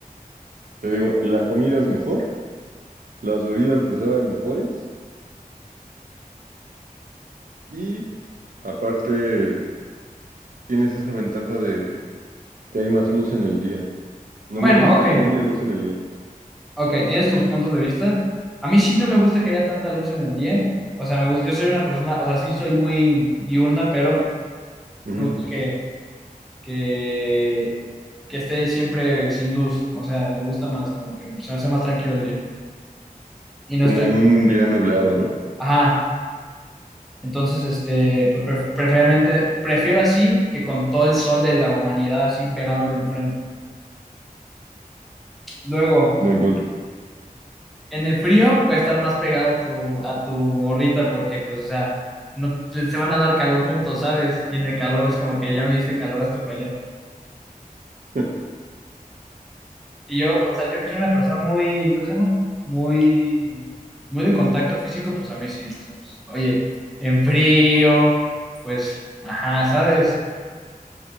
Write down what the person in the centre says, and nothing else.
Bueno,
ok,
ok, tienes tus puntos de vista. A mí sí no me gusta que haya tanta luz en el día. O sea, me gusta, yo soy una persona, o sea, sí soy muy diurna, pero
me gusta que, que que esté siempre sin luz. O sea, me gusta más, como que se me hace más tranquilo el día. Y no
estoy.
Ajá. Entonces, este, pues pref- preferiblemente, prefiero así que con todo el sol de la humanidad así pegándome enfrente. Luego,
en el frío puedes estar más pegado a tu, a tu morrita porque, pues, o sea, no, se van a dar calor juntos, ¿sabes? Y en el calor es como que ya me diste calor hasta para allá.
Y yo, o sea, yo que soy una persona muy, ¿cómo se llama? Muy, muy de contacto físico, pues a mí sí, pues, ¿sabes? Oye, en frío, pues, ajá, ¿sabes?